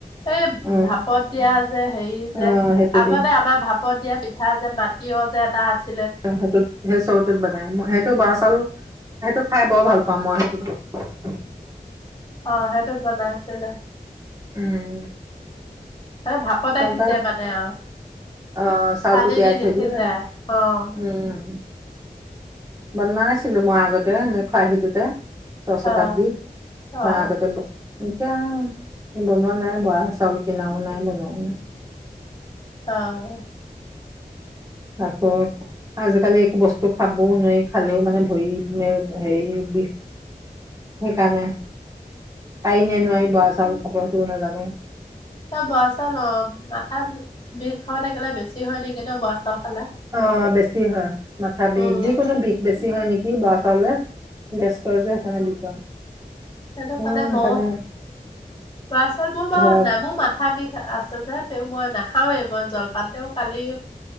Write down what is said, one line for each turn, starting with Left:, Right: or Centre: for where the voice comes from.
Left: এই
Right: অ
Left: ভাপত দিয়া যে হেৰি যে
Right: অ সেইটো
Left: আগতে
Right: দি
Left: আমাৰ ভাপত দিয়া। পিঠা যে বাটিও যে এটা আছে।
Right: সেইটোত সেই চৰুটোত বনাই সেইটো বৰা চাউল সেইটো খাই বৰ ভাল কামই সেইটো।
Left: অ সেইটোত বনাই আছিলে
Right: উম
Left: এ ভাপত
Right: তহঁতৰ
Left: আহ সিজে মানে আৰু
Right: অ' চাউলটো
Left: পানী
Right: তিয়াই
Left: দি
Right: থৈ
Left: দেখি
Right: দিয়ে।
Left: যা আহ
Right: উম, বনাইছিলো মই আগতে এনে খৰাহিটোতে ছ শতাব্দী
Left: অ
Right: ন
Left: অ।
Right: আগতে এতিয়া বনোৱা নাই বোৱা চাউল কিনাও নাই বনাও নাই
Left: আহ
Right: আকৌ, আজিকালি একো বস্তু খাবও নোৱাৰি খালেও মানে ভৰি মানে হেৰি সেইকাৰণে তাই নে নোৱাৰি বোৱা চাউল খাপ সেইটোও নাজানো
Left: অ', বৰা চাউল অ', মাথা বিষ হৈ থাকিলে বেছি হয় নেকি ন বোৱা চাউল খালে
Right: অ' বেছি হয় মাথা বিষ
Left: উম,
Right: যিকোনো বিষ বেছি হয় নেকি বোৱা হলে গেছ কৰা যায় সেইকাৰণে বিষ হয়
Left: সটো
Right: উম
Left: কালে ব
Right: সেইকাৰণে
Left: <unintelligible> তছল মোৰ বা
Right: হয়
Left: নেমু মাথা আম আছে যে <unintelligible> তে মই নাখাওৱে। মই জলপান তেও কালি অ